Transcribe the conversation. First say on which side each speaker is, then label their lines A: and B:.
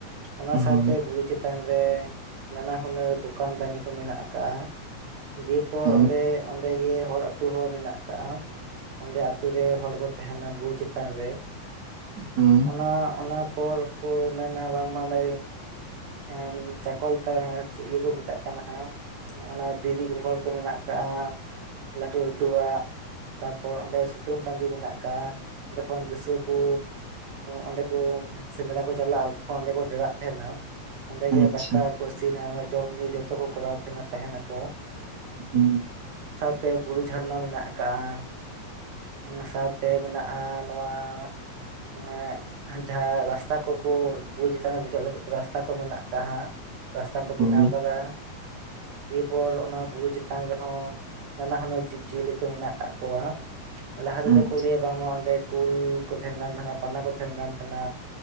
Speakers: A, on the right; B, on the right.
A: ᱚᱱᱟ ᱥᱟᱶᱛᱮ
B: ᱦᱳᱭ
A: ᱵᱩᱨᱩ ᱪᱮᱛᱟᱱ ᱨᱮ ᱱᱟᱱᱟ ᱦᱩᱱᱟᱹᱨ ᱫᱚᱠᱟᱱ ᱫᱟᱹᱱᱤ ᱠᱚ ᱢᱮᱱᱟᱜ ᱟᱠᱟᱜᱼᱟ ᱫᱤᱭᱮ ᱯᱚᱨ
B: ᱦᱳᱭ
A: ᱚᱸᱰᱮ ᱚᱸᱰᱮ ᱜᱮ ᱦᱚᱲ ᱟᱛᱳ ᱦᱚᱸ ᱢᱮᱱᱟᱜ ᱟᱠᱟᱜᱼᱟ ᱚᱸᱰᱮ ᱟᱛ ᱨᱮ ᱦᱚᱲ ᱠᱚ ᱛᱟᱦᱮᱸᱱᱟ ᱵᱩ ᱪᱮᱛᱟᱱ ᱨᱮ
B: ᱦᱳᱭ
A: ᱚᱱᱟ ᱚᱱᱟ ᱯᱚᱨ ᱠᱚ ᱢᱮᱱᱟ ᱵᱟᱝᱢᱟ ᱢᱮ ᱤᱱ ᱪᱟᱠᱚᱞ ᱤᱭᱟᱹ ᱠᱚ ᱢᱮᱛᱟᱜ ᱠᱟᱱᱟ ᱦᱟᱜ ᱚᱱᱟ ᱫᱤᱨᱤ ᱦᱚᱲ ᱠᱚ ᱢᱮᱱᱟᱜ ᱟᱠᱟᱟᱜᱼᱟ ᱞᱟᱹᱴᱩ ᱞᱟᱹᱴᱩᱣᱟ ᱛᱟᱯᱚᱨ ᱚᱸᱰᱮ ᱥᱩᱛᱟᱹᱱ ᱴᱟᱺᱰᱤ ᱢᱮᱱᱟᱜ ᱚᱱᱠᱟ ᱡᱚᱠᱷᱚᱱ ᱫᱤᱥᱟᱹ ᱠᱚ ᱚᱸᱰᱮ ᱠᱚ ᱥᱮᱸᱫᱽᱨᱟ ᱠᱚ ᱪᱟᱞᱟᱜᱼᱟ ᱛᱚᱠᱷᱚᱱ ᱚᱸᱰᱮ ᱠᱚ ᱰᱮᱨᱟᱜ ᱛᱟᱦᱮᱸᱱᱟ ᱚᱸᱰᱮᱜᱮ
B: ᱟᱪᱪᱷᱟ
A: ᱫᱟᱠᱟ ᱠᱚ ᱤᱥᱤᱱᱟ ᱡᱚᱢ ᱧᱩᱩ ᱡᱚᱛᱚ ᱠᱚ ᱠᱚᱨᱟᱣ ᱛᱟᱦᱮᱸᱱᱟ ᱛᱟᱦᱮᱸᱱᱟᱠᱚ
B: ᱦᱩᱸ
A: ᱛᱮ ᱵᱩᱨᱩ ᱡᱷᱟᱨᱱᱟ ᱢᱮᱱᱟᱜ ᱟᱠᱟᱜ-ᱟ ᱚᱱᱟ ᱥᱟᱶᱛᱮ ᱥᱮ ᱢᱮᱱᱟᱜ-ᱟ ᱱᱚᱣᱟ ᱮ ᱡᱟᱦᱟᱸ ᱨᱟᱥᱛᱟ ᱠᱚᱠᱚ ᱵᱩᱨᱩ ᱪᱮᱛᱟᱱ ᱨᱮ ᱫᱮᱡᱚᱜ ᱞᱟᱹᱜᱤᱫ ᱛᱮ ᱨᱟᱥᱛᱟ ᱠᱚ ᱢᱮᱱᱟᱜ ᱟᱠᱟᱫ ᱦᱟᱸᱜ ᱨᱟᱥᱛᱟ ᱠᱚ
B: ᱦᱳᱭ
A: ᱵᱮᱱᱟᱣ ᱠᱟᱫᱟ ᱫᱤᱭᱮᱯᱚᱨ ᱚᱱᱟ ᱵᱩᱨᱩ ᱪᱮᱛᱟᱱ ᱨᱮᱦᱚᱸ ᱱᱟᱱᱟᱦᱩᱱᱟᱹᱨ ᱡᱤᱵᱽᱡᱤᱭᱟᱹᱞᱤ ᱠᱚ ᱢᱮᱱᱟᱜ ᱟᱠᱟᱫ ᱠᱚᱣᱟ ᱞᱟᱦᱟ ᱛᱮᱫᱚ
B: ᱟᱪᱪᱷᱟ
A: ᱠᱚ ᱞᱟᱹᱭᱟ ᱵᱟᱝᱢᱟ ᱚᱸᱰᱮ ᱩᱞ ᱠᱚ ᱛᱟᱦᱮᱱ ᱠᱟᱱ ᱛᱟᱦᱮᱱᱟ ᱵᱟᱱᱟ ᱠᱚ ᱛᱟᱦᱮᱱ ᱠᱟᱱ ᱛᱟᱦᱮᱱᱟ